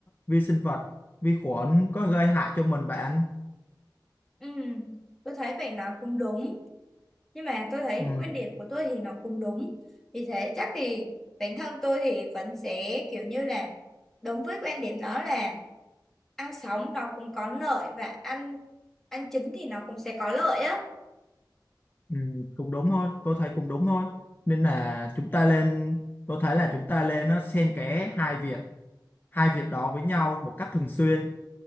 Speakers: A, on the left; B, in the centre.
A: vi sinh vật vi khuẩn có gây hại cho mình bạn
B: ừ, tôi thấy bạn nói cũng đúng nhưng mà tôi thấy
A: ừ,
B: quan điểm của tôi thì nó cũng đúng vì thế chắc thì bản thân tôi thì vẫn sẽ kiểu như là đúng với quan điểm đó là ăn sống nó cũng có lợi và ăn ăn chín thì nó cũng sẽ có lợi á
A: ừ, cũng đúng thôi tôi thấy cũng đúng thôi nên là chúng ta lên tôi thấy là chúng ta lên nó xen kẽ hai việc hai việc đó với nhau một cách thường xuyên